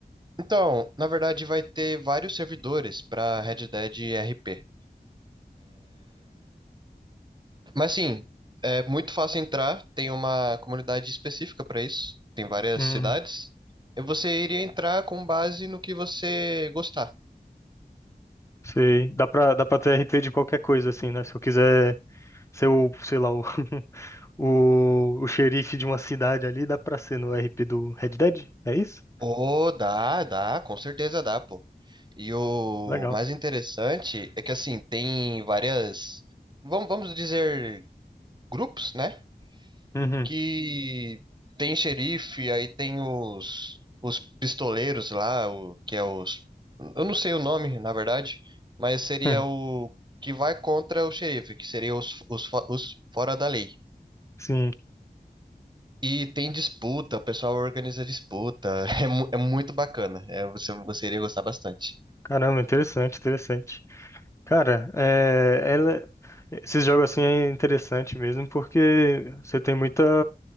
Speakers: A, on the right; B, on the left.
A: Então, na verdade, vai ter vários servidores para Red Dead RP. Mas sim, é muito fácil entrar, tem uma comunidade específica para isso, tem várias
B: Hum,
A: cidades. E você iria entrar com base no que você gostar.
B: sei. Dá pra dá para ter RP de qualquer coisa assim, né? Se eu quiser ser o, sei lá, o, <laughs> o, o xerife de uma cidade ali, dá pra ser no RP do Red Dead? É isso?
A: Oh, dá, dá, com certeza dá, pô. E o
B: Legal.
A: mais interessante é que assim, tem várias, vamos, vamos dizer, grupos, né?
B: Uhum.
A: que tem xerife, aí tem os, os pistoleiros lá, o, que é os. Eu não sei o nome, na verdade, mas seria
B: <laughs>
A: o que vai contra o xerife, que seria os, os, fo- os fora da lei.
B: Sim.
A: E tem disputa, o pessoal organiza disputa, <laughs> é, mu- é muito bacana, é, você, você iria gostar bastante.
B: Caramba, interessante, interessante. Cara, é, ela, esses jogos assim é interessante mesmo porque você tem muita